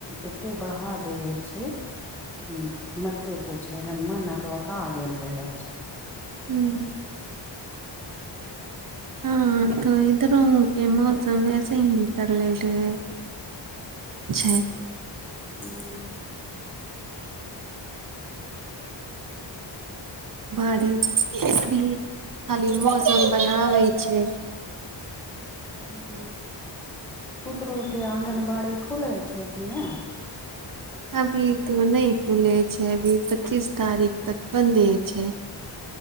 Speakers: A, in the centre; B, on the right.
A: एते बढ़ा देबे छै कि मते। पूछ एकदम मन अकवाकऽ गेल रहे छै
B: हू। हँ तो इधरो के मौसम ऐसे हे कर ले रहे है छै
A: हू।
B: बारिश भी खाली मौसम बनाबे छै।
A: ह पुतू के आँगनबाड़ी खुलै छै कि नहि
B: अभी तो नहि खुले छै अभी पच्चीस तारीख तक बंन्दे छै